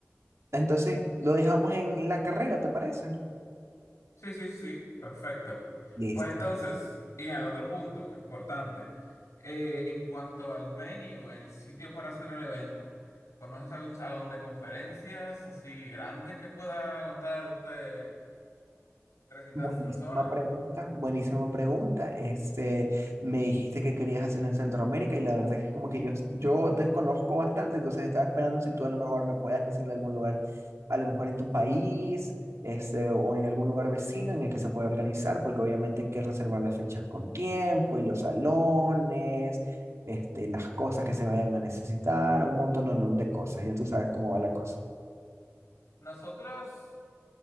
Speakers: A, on the right; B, on the left.
A: Entonces, lo dejamos en la carrera, ¿te parece?
B: Sí, sí, sí, perfecto.
A: Listo.
B: Pues entonces, y el otro punto importante, eh, en cuanto al venue, el sitio para hacer el evento, ¿conoces algún salón de conferencias así grande que pueda aguantarte trescientas
A: Buenísima
B: personas?
A: pregunta, buenísima pregunta. Este, me dijiste que querías hacerlo en Centroamérica y la verdad que es como que yo, yo desconozco bastante, entonces estaba esperando si tú a lo mejor me puedas decir de algún lugar, a lo mejor en tu país, este, o en algún lugar vecino en el que se pueda organizar, porque obviamente hay que reservar las fechas con tiempo y los salones, este, las cosas que se vayan a necesitar, un montón, un montón de cosas. Ya tú sabes cómo va la cosa.
B: Nosotros